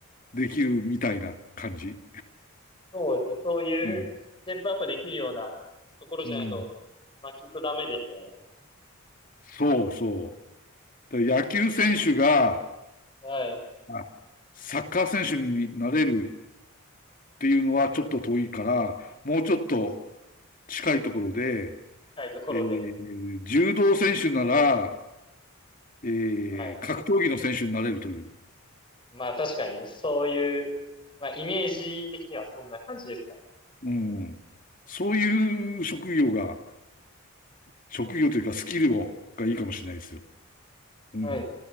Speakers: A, on the left; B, on the left.
A: できるみたいな感じ。
B: そうですね。そういうステップアップできるようなところじゃないと、
A: うん。うん。
B: まあ、きっとダメでしょ
A: そうそう。だ野球選手が、
B: う。はい。
A: あサッカー選手になれるっていうのはちょっと遠いから、もうちょっと
B: そう、
A: 近いところで、
B: はい、ところで、
A: えー柔道選手なら、え
B: はい。
A: ー格闘技の選手になれるという。
B: まあ確かに、そういう、まあイメージ的にはそんな感じですかね。
A: うん。そういう職業が、職業というかスキルを、がいいかもしれないですよ。うん。
B: はい。